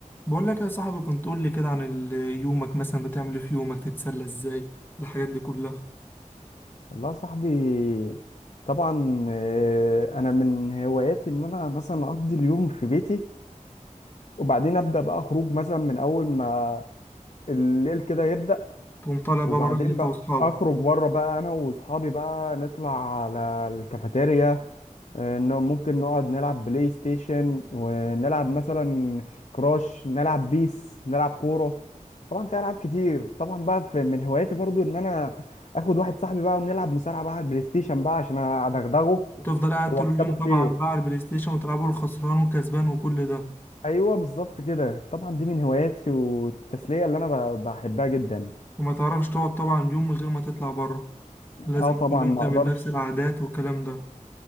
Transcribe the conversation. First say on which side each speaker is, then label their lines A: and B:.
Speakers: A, on the left (about 15°); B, on the left (about 55°).
A: بقول لك يا صاحبي كنت تقول لي كده عن ال- يومك مثلا بتعمل ايه في يومك تتسلى ازاي الحاجات دي كلها
B: والله يا صاحبي طبعا آه، انا من هواياتي ان انا مثلا اقضي اليوم في بيتي وبعدين ابدا بقى خروج مثلا من اول ما الليل كده يبدا
A: تقوم طالع بقى
B: وبعدين
A: بره انت
B: بقى
A: واصحابك
B: اخرج بره بقى انا واصحابي بقى نطلع على الكافيتيريا آه، انه ممكن نقعد نلعب بلاي ستيشن ونلعب مثلا كراش نلعب بيس نلعب كورة طبعا في العاب كتير طبعا بقى في من هواياتي برضو ان انا اخد واحد صاحبي بقى ونلعب مصارعة بقى على البلاي ستيشن بقى عشان ادغدغه
A: وتفضل قاعد
B: واكسبه
A: طول اليوم
B: كتير
A: طبعا بقى على البلاي ستيشن وتلعبوا الخسران والكسبان وكل ده
B: ايوه بالظبط كده طبعا دي من هواياتي والتسلية اللي انا ب- بحبها جدا
A: وما تعرفش تقعد طبعا يوم من غير ما تطلع بره لازم
B: اه طبعا
A: كل يوم
B: ما
A: تعمل
B: اقدرش
A: نفس العادات والكلام ده